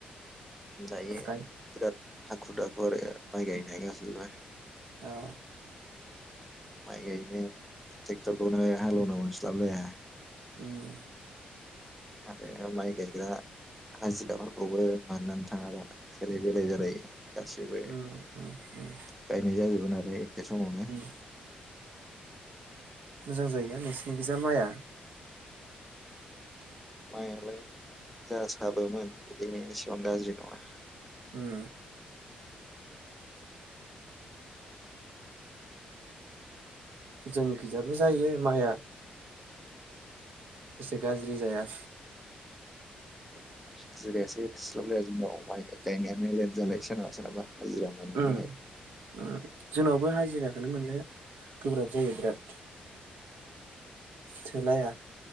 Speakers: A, in the centre; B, on the right (about 75°).
A: दायो
B: गाय
A: बिराद हाखु दाखु आरो। माइ गायनाया गसिबा।
B: औ
A: माइ गायनो टेक्टरखौनो हालेवनो मोनस्लाबलाया।
B: उम।
A: आरो माइ गायग्रा हाजिराफोरखौबो मोननोनो थाङा दा सेलाय बेले जालायो गाससिबो
B: उम उम
A: <inaudible>
B: उम
A: गायनाय जायो। ज'नालाय एखे समावनो।
B: उम
A: <inaudible>
B: मोजां जायोना नोंसिनि खिजा माइआ?
A: माइयालाय जा साबोमोन बिदि एसेबां गाज्रि नङा।
B: उम जोंनिखैजायाबो जायो माइआ। एसे गाज्रि जाया।
A: <inaudible> हाजिरायासो थोस्लाब लाया। जोंनाव माइ <unintelligible> नो लेट जालायो सोरनाबा सोरनाबा हाजिरा मोनैनि
B: उम
A: थाखाय
B: <inaudible> उम जोंनावबो हाजिराखौनो मोनो गोब्राब जायो बिराद। थोलाया।